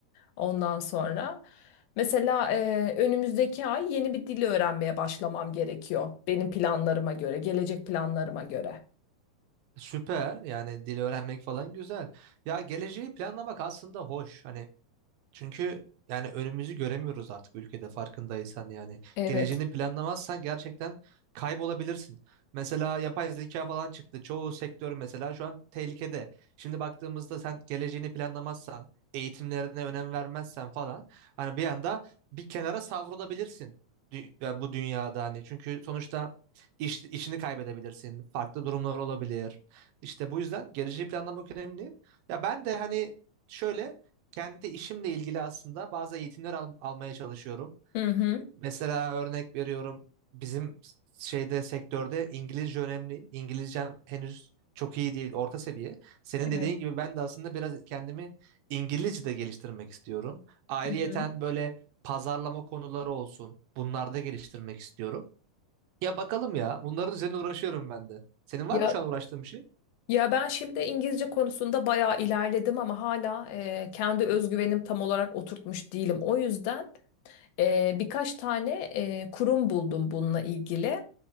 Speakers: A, on the left (about 75°); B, on the right (about 75°).
A: ondan sonra. Mesela e, önümüzdeki ay yeni bir dil öğrenmeye başlamam gerekiyor benim planlarıma göre, gelecek planlarıma göre.
B: Süper. Yani dil öğrenmek falan güzel. Ya geleceği planlamak aslında hoş. Hani Çünkü yani önümüzü göremiyoruz artık ülkede farkındaysan yani.
A: Evet.
B: Geleceğini planlamazsan gerçekten kaybolabilirsin. Mesela yapay zeka falan çıktı. Çoğu sektör mesela şu an tehlikede. Şimdi baktığımızda sen geleceğini planlamazsan, eğitimlerine önem vermezsen falan hani bir anda bir kenara savrulabilirsin dü- ya bu dünyada hani. Çünkü sonuçta iş, işini kaybedebilirsin. Farklı durumlar olabilir. İşte bu yüzden geleceği planlamak önemli. Ya ben de hani şöyle kendi işimle ilgili aslında bazı eğitimler al- almaya çalışıyorum.
A: Hı hı.
B: Mesela örnek veriyorum bizim şeyde sektörde İngilizce önemli. İngilizcem henüz çok iyi değil, orta seviye. Senin
A: Evet.
B: dediğin gibi ben de aslında biraz kendimi İngilizce'de geliştirmek istiyorum. Ayrıyeten
A: Hı hı.
B: böyle pazarlama konuları olsun. Bunlarda geliştirmek istiyorum. Ya bakalım ya. Bunların üzerine uğraşıyorum ben de. Senin
A: Ya
B: var mı şu an uğraştığın bir şey?
A: ya ben şimdi İngilizce konusunda bayağı ilerledim ama hala e, kendi özgüvenim tam olarak oturtmuş değilim. O yüzden Ee, birkaç tane e, kurum buldum bununla ilgili.